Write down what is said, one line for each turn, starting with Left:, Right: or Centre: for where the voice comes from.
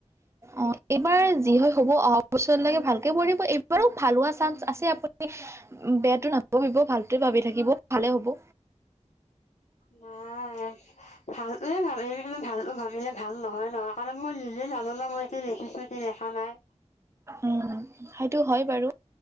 Right: অ' এইবাৰ যি হয় হব অহা বছৰলেকে ভালকে পঢ়িব এইবাৰো ভাল হোৱা চান্স আছে আপুনি বেয়াটো নাভাবিব ভালটোৱে ভাবি থাকিব ভালে হ'ব।
Left: নাই। ভালে ভাবে কিন্তু ভালটো ভাবিলে ভাল নহয়। নহয় কাৰণে মই নিজে জানো ন মই কি লিখিছো কি লিখা নাই।
Right: উম সেইটো হয় বাৰু